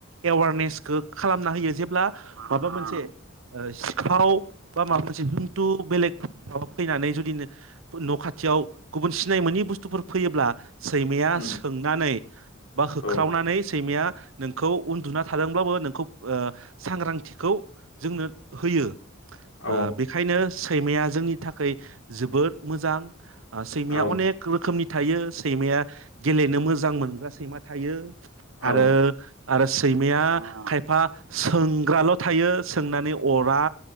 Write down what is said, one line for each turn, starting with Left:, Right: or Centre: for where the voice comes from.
Right: एवारनेसखौ खालामना होयो जेब्ला माबा मोनसे सिखाव बा माबा मोनसे जुनथु बेलेग माबा फैनानै जुदि न' खाथियाव गुबुन सिनाय मोनि बुस्थुफोर फैयोब्ला सैमाया
Left: उम
Right: सोंनानै बा होख्रावनानै
Left: औ
Right: सैमाया नोंखौ उन्दुना थादोंब्लाबो नोंखौ ओ सांग्रां थिखौ जोंनो होयो ओ
Left: औ
Right: बेखायनो सैमाया जोंनि थाखै जोबोद मोजां ओ सैमाया
Left: औ
Right: अनेक रोखोमनि थायो सैमाया गेलेनो मोजां मोनग्रा सैमा थायो
Left: औ
Right: आरो आरो सैमाया खायफा सोंग्राल थायो सोंनानै अरा